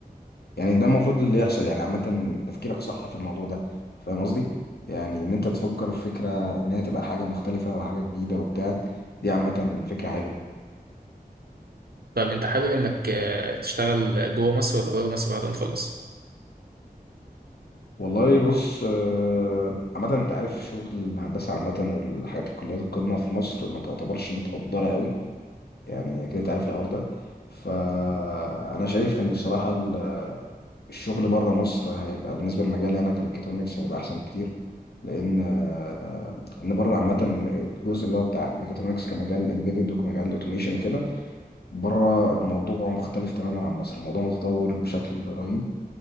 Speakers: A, on the left; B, on the right.
A: يعني ده المفروض اللي يحصل يعني عامة تفكيرك صح في الموضوع ده فاهم قصدي؟ يعني ان انت تفكر في فكرة ان هي تبقى حاجة مختلفة وحاجة جديدة وبتاع دي عامة فكرة حلوة
B: طب انت حابب انك آه، تشتغل جوه مصر ولا بره مصر بعد ما تخلص
A: والله بص آه، عامة انت عارف شغل الهندسة عامة والحاجات الكليات القمة في مصر ما تعتبرش متقدرة قوي يعني كده تعرف الحوار ده فانا شايف ان الصراحه ال- الشغل بره مصر هيبقى بالنسبه لمجالي انا كميكاترونكس هيبقى احسن بكتير لان آه، ان بره عامه الجزء اللي هو بتاع ميكاترونكس كمجال امبيدد وكمجال اوتوميشن وكده بره الموضوع مختلف تماما عن مصر الموضوع متطور بشكل رهيب